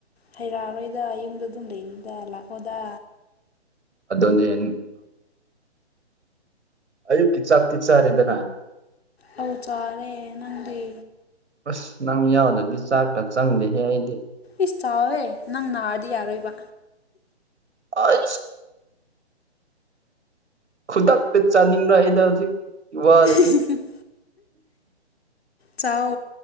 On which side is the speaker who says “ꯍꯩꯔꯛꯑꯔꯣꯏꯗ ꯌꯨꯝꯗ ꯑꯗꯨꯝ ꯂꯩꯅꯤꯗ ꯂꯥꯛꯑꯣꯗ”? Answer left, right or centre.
Left